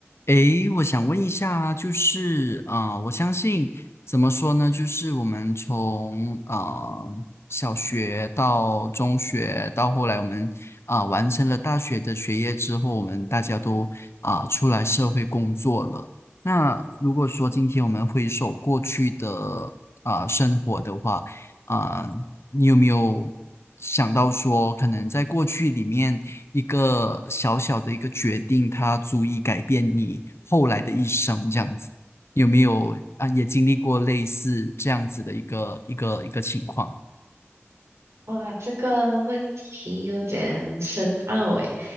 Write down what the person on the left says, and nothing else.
诶，我想问一下，就是啊、呃我相信怎么说呢？就是我们从啊小学到中学，到后来我们啊、呃完成了大学的学业之后，我们大家都啊、出来社会工作了。那如果说今天我们回首过去的啊、生活的话，啊、你有没有想到说，可能在过去里面一个小小的一个决定，它足以改变你后来的一生，这样子？有没有啊？也经历过类似这样子的一个一个一个情况？